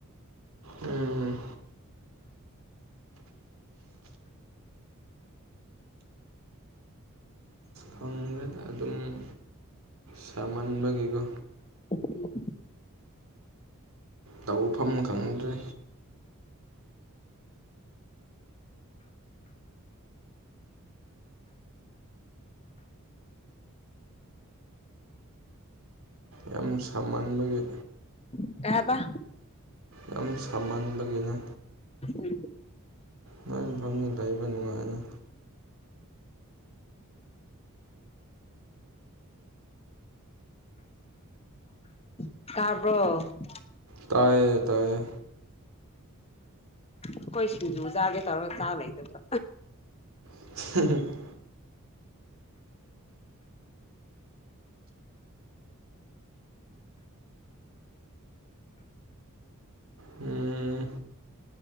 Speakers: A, on the right (about 70°); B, on the left (about 30°).
A: ꯎꯝ ꯐꯪꯒ꯭ꯔꯦꯗ ꯑꯗꯨꯝ ꯁꯥꯃꯟꯕꯒꯤꯀꯣ
B: ꯎꯝ
A: ꯇꯧꯐꯝ ꯈꯪꯗ꯭ꯔꯦ ꯌꯥꯝ ꯁꯃꯟꯕꯒꯤ
B: <unintelligible>
A: ꯌꯥꯝ ꯁꯥꯃꯟꯕꯒꯤꯅꯦ
B: ꯎꯝ
A: ꯅꯪ ꯃꯐꯝꯗ ꯂꯩꯥꯕ ꯅꯨꯡꯉꯥꯏꯅꯤ
B: ꯇꯥꯕ꯭ꯔꯣ
A: ꯇꯥꯏꯌꯦ ꯇꯥꯏꯌꯦ
B: ꯑꯩꯈꯣꯏ ꯁꯤꯡꯖꯨ ꯆꯥꯒꯦ ꯇꯧꯔꯒ ꯆꯥ ꯂꯩꯇꯕ
A: <inaudible> ꯎꯝ